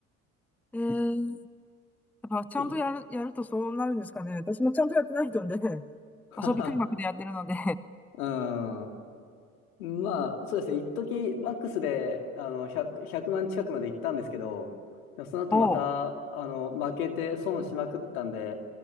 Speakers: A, in the centre; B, on the left.
A: ー、やっぱちゃんとやる、
B: い
A: やるとそうなるんですかね。私もちゃんとやってない人で、遊び感覚でやってるので。
B: <laughs> うん。まあ、そうですね。一時マックスで、あの、100、万近くまで行ったんですけど、でもその後また、
A: <laughs> おー
B: あの、負けて損しまくったんで、